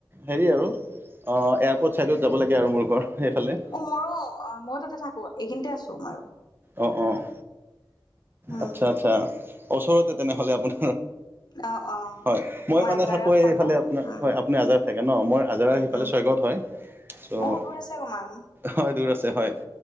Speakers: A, on the right; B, on the left.
A: হেৰি আৰু এয়াৰপৰ্ট ছাইডত যাব লাগে আৰু, মোৰ ঘৰ সেইফালে।
B: অ' মইয়ো, মই তাতে থাকো। এইখিনিতে আছো তোমাৰ
A: অ', অ'
B: উম,
A: আচ্ছা, আচ্ছা ওচৰতে তেনেহ'লে আপুনি?
B: অ অ
A: হয়। মই মানে
B: আজাৰত
A: থাকোঁ এইফালে
B: থাকো
A: আপোনাৰ,
B: উম
A: হয়। আপুনি আজাৰ থাকে ন? মই আজৰা সিফালে
B: উম
A: ছয়গৱত হয়। চ'
B: অ দূৰ আছে অকমান
A: হয় দূৰ আছে হয়।